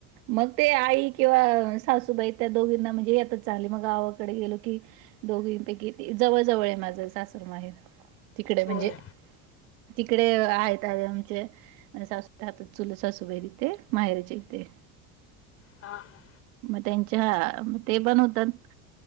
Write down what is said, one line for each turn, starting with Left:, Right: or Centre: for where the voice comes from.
Right: मग ते आई किंवा सासूबाई त्या दोघींना म्हणजे येतच चांगली मग गावाकडे गेलो की दोघींपैकी जवळजवळ माझं ही सासर माहेर तिकडे म्हणजे
Left: होय
Right: तिकडे आहेत त्या आमचे सासू राहतात चुलत सासूबाई तिथे माहेरचे इथे
Left: हा हा
Right: त्यांच्या ते पण म्हणातात